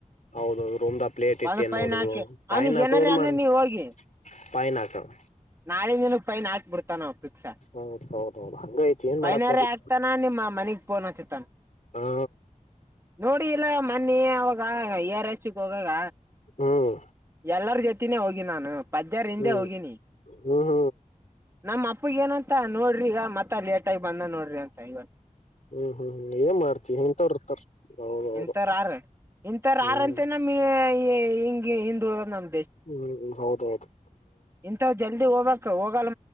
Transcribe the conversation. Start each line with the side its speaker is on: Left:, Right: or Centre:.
Left: ಹೌದೌದು ರೂಮ್್ದ ಪ್ಲೇಟ್ ಇಟ್ಟು
Right: ಬಂದ
Left: ಏನ್
Right: ಪೈನ್
Left: ನೋಡುದು
Right: ಹಾಕಿ
Left: ಬಾಯನ್
Right: ಅವನಿಗ್
Left: ಹಾಕುದದು
Right: ಏನಾರ ಅನ್ನು
Left: ಮಾಡ.
Right: ನೀ ಹೋಗಿ
Left: <unintelligible>
Right: ನಾಳೆ ಇಂದನು ಪೈನ್ ಹಾಕ್ ಬಿಡ್ತಾನಾವು ಪಿಕ್ಸಾ.
Left: ಹೌದ ಹೌದೌದು ಹಂಗ ಐತಿ ಏನ್
Right: ಪೈನರಿ
Left: ಮಾಡಕ್ ಬರ್ಲಿ
Right: ಆಗ್ತಾನ ನಿಮ್ಮ ಮನಿಗೆ ಪೋನ ಹಚ್ಚತನ್.
Left: ಹಾ.
Right: ನೋಡಿ ಇಲ್ಲ ಮನ್ನಿ ಅವಾಗ ಈ ಆರ ಈಸಿಗ ಹೋಗಾಗ.
Left: ಹ್ಮ್
Right: ಎಲ್ಲರ ಜೊತಿನೇ ಹೋಗಿ ನಾನು ಪದ್ಯರ ಹಿಂದೆ
Left: ಹ್ಮ್
Right: ಹೋಗಿನಿ.
Left: ಹ್ಮ್ ಹ್ಮ್
Right: ನಮ್ಮ ಅಪ್ಪಗ ಏನಂತ ನೋಡ್ರಿ ಈಗ ಮತ್ತೆ ಲೇಟ ಆಗಿ ಬಂದ ನೋಡ್ರಿ ಅಂತ ಇವತ್ತು.
Left: ಹ್ಮ್ ಹ್ಮ್ ಹ್ಮ ಏನ್ ಮಾಡ್ತಿ ಹಿಂತಾರ ಇರ್ತಾರ. ಹೌದೌದು
Right: ಇಥರ ಆರ ಇಂಥರ
Left: ಹ್ಮ್
Right: ಆರ ಅಂತೆ ನಮ ಹಿಂಗ ಹಿಂದ ಉಳದ ನಮ
Left: ಹ್ಮ್ ಹೌದೌತು
Right: ಇಂತಥವ್ ಜಲ್ದಿ ಹೋಗ್ಬೇಕಕ್ ಹೋಗಲ್